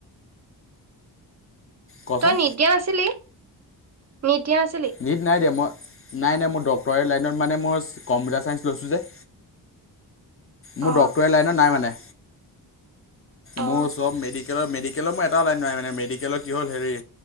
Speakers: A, on the left; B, on the right.
A: কচোন
B: তই নিট দিয়া নাছিলি নিট দিয়া নাছিলি?
A: নিট নাই দিয়া মই নাই-নাই মোৰ ডক্টৰেট লাইনত মানে মই কম্পিউটাৰ ছাইন্স লৈছোঁ যে।
B: অ
A: মোৰ ডক্টৰেট লাইনত নাই মানে।
B: অ
A: মোৰ চব মেডিকেলত মেডিকেলৰ মোৰ এটিয়াও লাইন নাই মানে মেডিকেলত কি হ'ল হেৰি